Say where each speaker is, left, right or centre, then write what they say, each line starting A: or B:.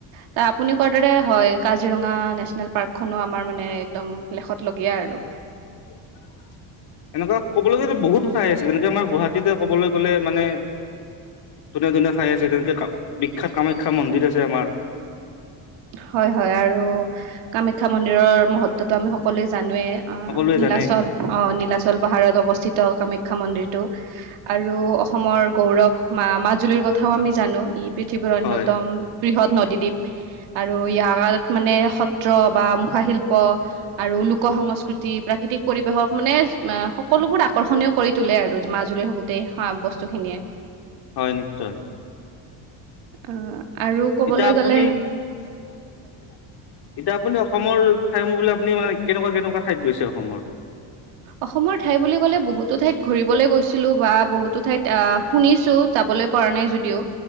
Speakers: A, on the right; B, on the left.
A: ত আপুনি কোৱাৰ দৰে হয়। কাজিৰঙা নেচনেল পাৰ্কখনো আমাৰ মানে একদম লেখতলগীয়া আৰু।
B: <inaudible> এনেকুৱা ক'বলৈ গ'লে বহুত ঠাই আছে যেনেকে আমাৰ গুৱাহাটীতে ক'বলৈ গ'লে মানে ধুনীয়া - ধুনীয়া ঠাই আছে তেনেকে বিখ্যাত কামাখ্যা মন্দিৰ আছে আমাৰ
A: হয় - হয় আৰু কামাখ্যা মন্দিৰৰ মহত্বটো আমি সকলোৱে জানোৱেই। অ,
B: সকলোৱে
A: নীলাচল
B: জানেই
A: - অ, নীলাচল পাহাৰত অৱস্থিত কামাখ্যা খ্যা মন্দিৰটো আৰু অসমৰ গৌৰৱ মা মাজুলীৰ কথাও আমি জানো। পৃথিৱীৰ অন্যতম
B: হয়
A: বৃহৎ নদীদ্বীপ আৰু ইয়াৰ মানে সত্ৰ বা মুখাশিল্প আৰু লোক সংস্কৃতি প্ৰাকৃতিক পৰিবেশক মানে সকলোবোৰ আকৰ্ষণীয় কৰি তোলে আৰু মাজুলী হ গোটেই বস্তু খিনিয়ে।
B: হয় নিশ্চয়।
A: অ' আৰু ক'বলৈ
B: এতিয়া আপুনি
A: গ'লে
B: এতিয়া আপুনি অসমৰ ঠাইসমূহ ক'বলৈ গ'লে আপুনি মানে কেনেকুৱা-কেনেকুৱা ঠাইত গৈছে অসমৰ?
A: অসমৰ ঠাই বুলি ক'লে বহুতো ঠাইত ঘুৰিবলৈ গৈছিলোঁ বা বহুতো ঠাইত অ' শুনিছোঁ যাবলৈ পৰা নাই যদিও